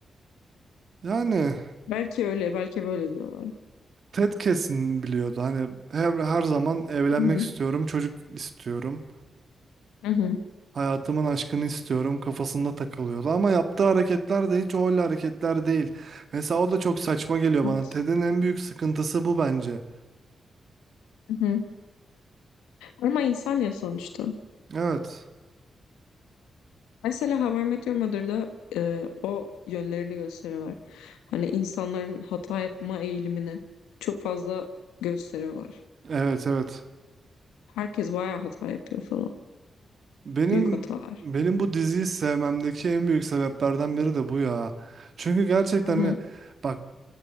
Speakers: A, on the right; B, on the left.
A: Yani
B: Belki öyle, belki böyle diyorlar.
A: Ted kesin biliyordu. Hani her, her zaman evlenmek
B: Hı hı.
A: istiyorum, çocuk istiyorum.
B: Hı hı.
A: Hayatımın aşkını istiyorum kafasında takılıyordu ama yaptığı hareketler de hiç öyle hareketler değil. Mesela o da çok saçma geliyor bana.
B: Evet.
A: Ted'in en büyük sıkıntısı bu bence.
B: Hı hı. Ama insan ya sonuçta.
A: Evet.
B: Mesela How I Met Your Mother'da e, o yönlerini gösteriyorlar. Hani insanların hata yapma eğilimini çok fazla gösteriyorlar.
A: Evet, evet.
B: Herkes bayağı hata yapıyor falan.
A: Benim
B: Büyük hatalar.
A: benim bu diziyi sevmemdeki en büyük sebeplerden biri de bu ya. Çünkü gerçekten
B: Hı hı.
A: hani bak